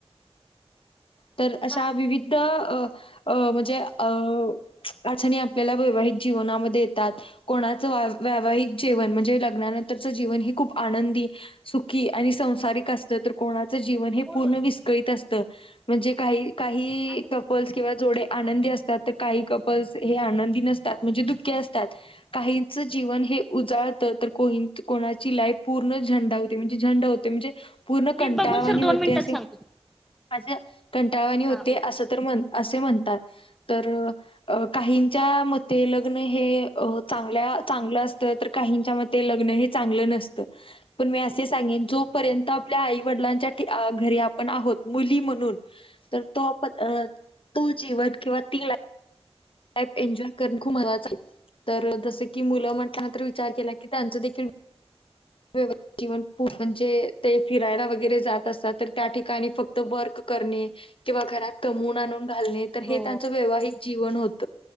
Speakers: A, on the left (about 55°); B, in the centre.
A: तर अशा
B: हा
A: विविध अ अ म्हणजे अ अडचणी आपल्याला वैवाहिक जीवनामध्ये येतात. कोणाचं वैवाहिक जेवन म्हणजे लग्नानंतरच जीवन हे खूप आनंदी. सुखी आणि संसारिक असत तर कोणाचं जीवन हे
B: होय
A: पूर्ण
B: होय
A: विस्कळीत असत. म्हणजे काही काही
B: आहे
A: कपल्स किंवा जोडे आनंदी असतात तर काही कपल्स हे आनंदी नसतात. म्हणजे दुःखे असतात काहीचं जीवन हे उजाळत तर को. कोणाची लाईफ पूर्ण झेंडा होते म्हणजे झेंडा होते म्हणजे. पूर्ण
B: मी
A: कंटाळवानी
B: बघून सर
A: होते
B: दोन मिनिटात
A: असे
B: सांगते
A: असे कंटाळवानी होते
B: हा ओके
A: असं. तर असे म्हणतात तर अ काहीच्या मते लग्न हे चांग चांगलं असतं. का ल च पण सांग जोपर्यंत आपल्या आई वडिलांच्या घरी आपण आहोत मुली म्हणून. तर तोण तो जीवन किंवा तिला लाईफ एन्जॉय करण खूप महत्वाचं आहे तर जसं की मुलं म्हण तर विचार केला की त्यांचं देखील. व्यवस्थ. जीवन म्हणजे ते फिरायला वगैरे जात असतात तर त्या ठिकाणी फक्त वर्क करणे किंवा घरात कमवून आणून घालते हे
B: हो
A: त्यांचं वैवाहिक जीवन होतं